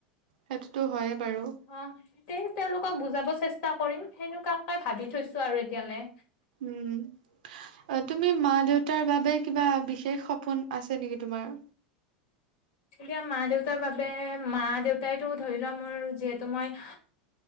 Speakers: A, on the right; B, on the left.
A: সেইটোতো হয়ে বাৰু!
B: অ, তে তেওঁলোকক বুজাব চেষ্টা কৰিম, সেনেকুৱাকে ভাবি থৈছো আৰু এতিয়ালৈ।
A: উম। অ, তুমি মা-দেউতাৰ বাবে কিবা বিশেষ সপোন আছে নেকি তোমাৰ?
B: তেতিয়া মা-দেউতাৰ বাবে, মা-দেউতাইতো ধৰি লোৱা, মোৰ যিহেতু মই